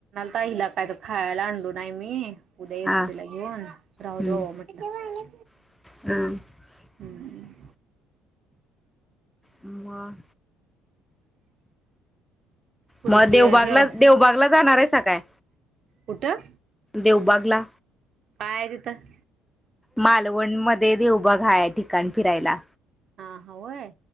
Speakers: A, on the right; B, in the centre.
A: ताईला काय तर खायला आणलो नाही मी उद्या येतो
B: हा
A: तीला घेऊन राहुदे
B: हम्म
A: भावा म्हटलं.
B: <unintelligible>
A: हम्म.
B: म
A: पोरगी
B: मग देवबागला
A: ह्य
B: देवबागला जाणार आहे. हा काय.
A: उठं?
B: देवबागला.
A: काय तिथं?
B: मालवणमध्ये देवबाघ हाय ठिकाण फिरायला.
A: हा हा होय